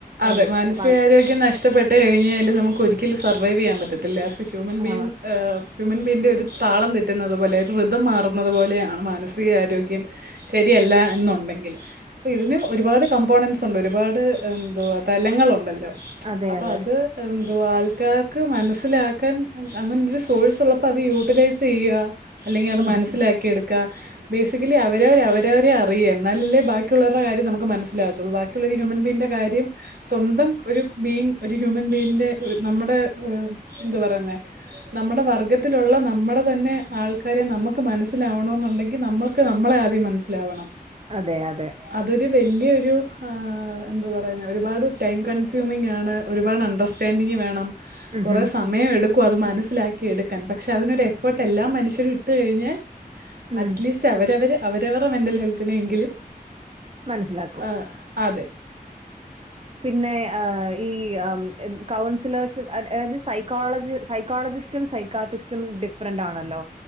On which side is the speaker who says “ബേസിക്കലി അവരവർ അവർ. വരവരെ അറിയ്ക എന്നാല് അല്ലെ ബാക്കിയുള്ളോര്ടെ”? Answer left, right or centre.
Right